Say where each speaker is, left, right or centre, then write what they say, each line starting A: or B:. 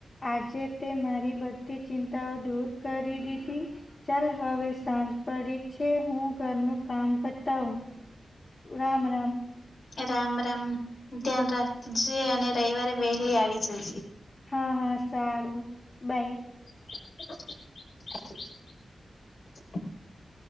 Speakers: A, on the left; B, on the left.
A: આજે તે મારી બધી ચિંતા દૂર કરી દીધી ચાલ હવે સાંજ પડી છે હું ઘરનું કામ પતા હું રામ રામ
B: રામ રામ ધ્યાન રાખજે અને રવિવારે વહેલી આવી જજે
A: હા હા સારું બાય
B: <unintelligible>